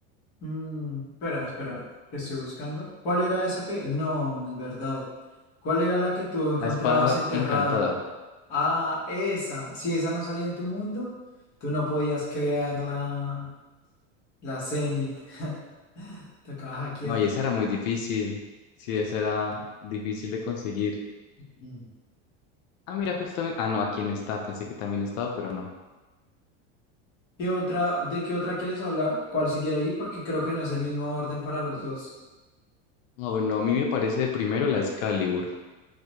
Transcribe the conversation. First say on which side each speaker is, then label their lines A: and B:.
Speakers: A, on the left (about 30°); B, on the left (about 90°).
A: Mm, espera, espera, que estoy buscando. ¿Cuál era esa que? No, es verdad. ¿Cuál era la que tú encontrabas
B: La espada
A: enterrada?
B: encantada.
A: Ah, esa. Si esa no salía en tu mundo, tú no podías crear la, la Zenith. <laughs> Te acabas de <laughs> hackear.
B: No, y esa era muy difícil. Sí, esa era difícil de conseguir.
A: Mm.
B: Ah, mira, justamente. Ah, no, aquí no está. Pensé que también estaba, pero no.
A: ¿Qué otra, de qué otra quieres hablar? ¿Cuál sigue ahí? Porque creo que no es el mismo orden para los dos.
B: Ah, bueno, a mí me parece primero la Excalibur.